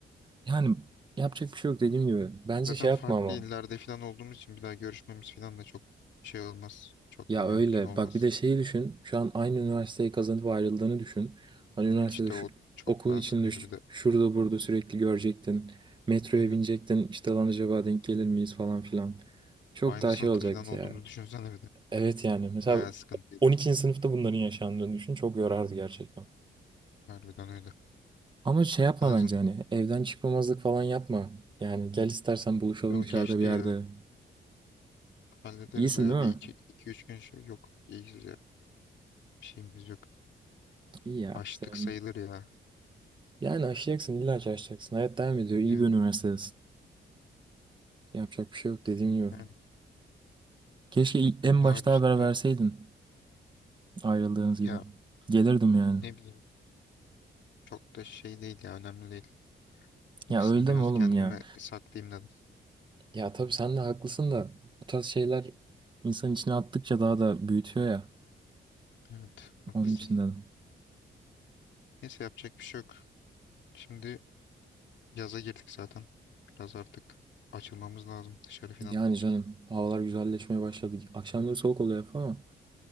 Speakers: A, on the right; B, on the left.
A: Yani yapacak bir şey yok dediğim gibi bence
B: Zaten
A: şey
B: farklı
A: yapma ama.
B: illerde falan olduğumuz için bir daha görüşmemiz falan da çok şey olmaz. Çok
A: Ya
B: da mümkün
A: öyle.
B: olmaz.
A: Bak bir de şeyi düşün. Şu an aynı üniversiteyi kazanıp ayrıldığını düşün. Hani üniversitede
B: İşte
A: şu,
B: o çok
A: okulun
B: daha
A: içinde
B: sıkıntı
A: ş-
B: bir de.
A: şurada burada sürekli görecektin. Metroya
B: Aynen.
A: binecektin. İşte lan acaba denk gelir miyiz falan filan. Çok
B: Aynı
A: daha
B: sınıfta
A: şey olacaktı
B: falan olduğumuzu
A: ya.
B: düşünsene bir de.
A: Evet yani. Mesela
B: Bayağı sıkıntıydı.
A: 12. sınıfta bunların yaşandığını düşün. Çok yorardı gerçekten.
B: Harbiden öyle.
A: Ama şey yapma
B: En azından
A: bence hani evden çıkmamazlık falan yapma. Yani gel istersen buluşalım
B: o
A: dışarıda
B: geçti
A: bir yerde.
B: ya. Hallederiz
A: İyisin
B: o ya.
A: değil
B: Bir
A: mi?
B: iki, iki üç gün şey yok. İyiyiz ya. Bir şeyimiz yok.
A: İyi ya.
B: Açtık
A: Sen...
B: sayılır ya.
A: Yani aşacaksın illa ki aşacaksın. Hayat devam ediyor. İyi
B: Yani,
A: bir üniversitedesin. Yapacak bir şey yok dediğim gibi.
B: yani
A: Keşke ilk-
B: bunun
A: en
B: haricinde
A: başta haber verseydin ayrıldığınız gibi.
B: ya
A: Gelirdim yani.
B: ne bileyim çok da şey değil ya. Önemli değil. O
A: Ya
B: kısmı
A: öyle deme
B: biraz
A: oğlum
B: kendime
A: ya.
B: saklayayım dedim.
A: Ya tabii sen de haklısın da bu tarz şeyler İnsan içine attıkça daha da büyütüyor ya.
B: Evet haklısın.
A: Onun için dedim.
B: Neyse yapacak bir şey yok. Şimdi yaza girdik zaten. Biraz artık açılmamız lazım dışarı falan.
A: yani canım havalar güzelleşmeye başladı. Akşamları soğuk oluyor hep ama